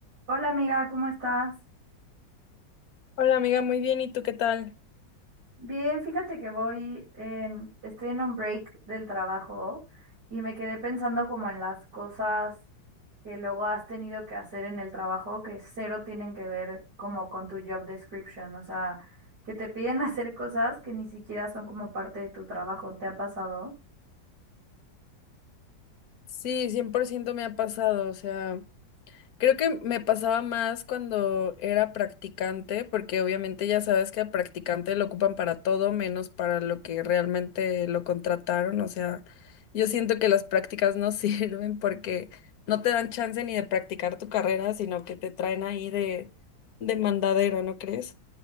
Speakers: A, on the right; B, on the left.
A: Hola amiga, ¿cómo estás?
B: Hola amiga, muy bien, ¿y tú qué tal?
A: Bien, fíjate que voy en, estoy en un break del trabajo y me quedé pensando como en las cosas que luego has tenido que hacer en el trabajo que cero tienen que ver como con tu job description, o sea, que te piden <laughs> hacer cosas que ni siquiera son como parte de tu trabajo, ¿te ha pasado?
B: Sí, 100% me ha pasado, o sea, creo que me pasaba más cuando era practicante, porque obviamente ya sabes que al practicante lo ocupan para todo menos para lo que realmente lo contrataron, o sea, yo siento que las prácticas no <laughs> sirven porque no te dan chance ni de practicar tu carrera, sino que te traen ahí de, de mandadero, ¿no crees?